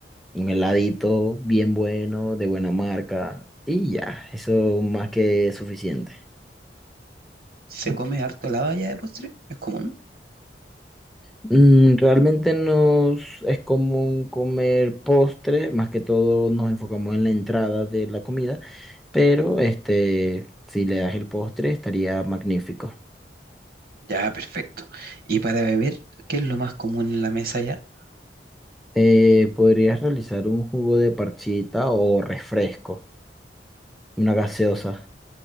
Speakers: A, in the centre; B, on the right.
A: un heladito bien bueno, de buena marca, y ya, eso más que suficiente.
B: ¿Se come harto helado allá de postre? ¿Es común?
A: Mm, Realmente nos es común comer postre, más que todo nos enfocamos en la entrada de la comida, pero este, si le das el postre estaría magnífico.
B: Ya, perfecto. Y para Sí. beber, ¿qué es lo más común en la mesa allá?
A: Eh, podrías realizar un jugo de parchita o refresco, una gaseosa.